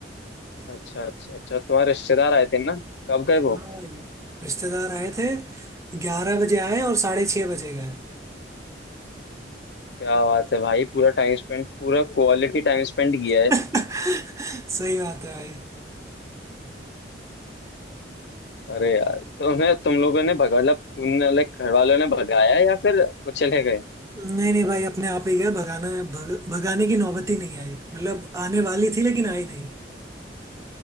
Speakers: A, on the left; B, on the right.
A: अच्छा अच्छा अच्छा तुम्हारे रिश्तेदार आए थे ना कब गए
B: हाँ
A: वो
B: भाई रिश्तेदार आए थे ग्यारह बजे आए और साढ़े छः बजे गए
A: क्या बात है भाई पूरा टाइम स्पेंड पूरा क्वालिटी टाइम स्पेंड किया है
B: <laughs> सही बात है भाई
A: अरे यार तुम्हें तुम लोगों ने भगा मतलब तुमने लाइक घर वालों ने भगाया या फिर वो चले गए
B: नहीं नहीं भाई अपने आप ही गए भगाना भग, भगाने की नौबत ही नहीं आई मतलब आने वाली थी लेकिन आई नहीं